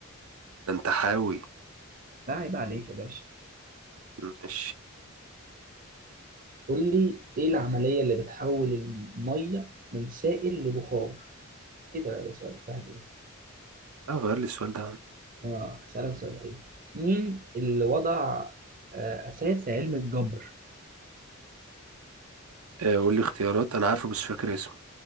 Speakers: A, on the right (about 85°); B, on the right (about 40°).
A: ده أنت حاوي
B: لا عيب عليك يا باشا
A: ماشي
B: قول لي ايه العملية اللي بتحول المية من سائل لبخار ايه ده ده سؤال سهل ده
A: اه غير لي السؤال ده يا عم
B: اه هسألك سؤال تاني مين اللي وضع آه، أساس علم الجبر
A: آه قول لي اختيارات أنا عارفه بس فاكر اسمه